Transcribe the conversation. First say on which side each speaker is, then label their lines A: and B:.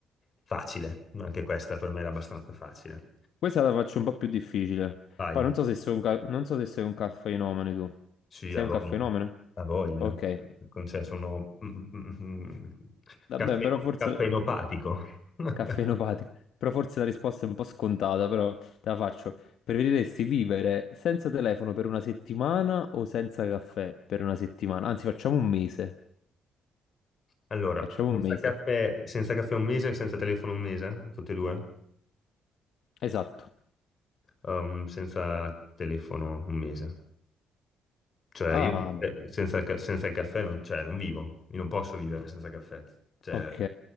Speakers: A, on the left; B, on the left.
A: Facile, ma anche questa per me era abbastanza facile.
B: Questa la faccio un po' più difficile.
A: Vai,
B: Poi non so se sei un, ca- non so se sei un caffeinomane tu.
A: sì,
B: Sei
A: ha
B: un
A: voglia,
B: caffeinomane?
A: ha voglia.
B: Ok,
A: Con- Cioè, sono mm, mm, mm,
B: vabbè,
A: caffe-
B: però forse...
A: caffeinopatico. <laughs>
B: Caffeinopatico. Però forse la risposta è un po' scontata, però te la faccio. Preferiresti vivere senza telefono per una settimana o senza caffè per una settimana? Anzi, facciamo un mese.
A: Allora,
B: Facciamo
A: senza
B: un mese.
A: caffè, senza caffè un mese, senza telefono un mese, tutte e due?
B: Esatto.
A: Um, senza telefono un mese. Cioè,
B: Ah.
A: io eh, senza, il ca- senza il caffè non, cioè, non vivo, io non posso vivere senza caffè. Cioè,
B: Ok.